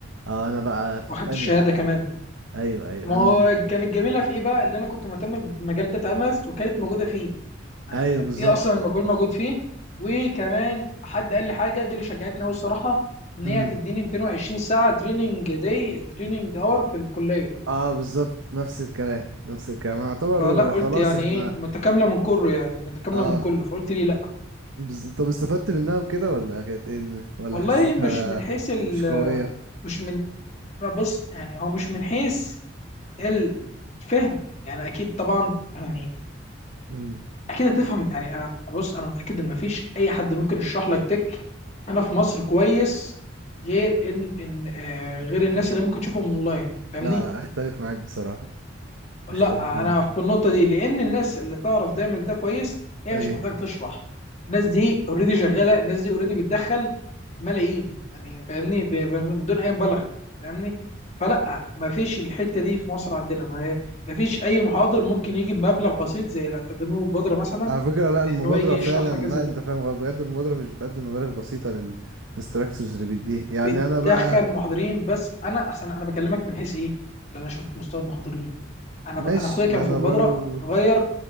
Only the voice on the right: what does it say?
اه انا بقى في
التانية
بقى.
ايوه ايوه
انا
ايوه
بالظبط
امم
اه بالظبط نفس الكلام نفس الكلام يعتبر
خلاص
احنا
اه
بز... طب استفدت منها وكده ولا كانت ايه إن- ولا
حسيتها
مش قوية
امم
لا لا اختلف معاك بصراحة
اختلف معاك
ايوه
على فكرة لا المبادرة
فعلا
لا
انت فاهم غلط. بجد المبادرة مش بتقدم مبالغ بسيطة للانستراكتورز اللي بيديها يعني
انا بقى
ماشي
ما
انا
برضو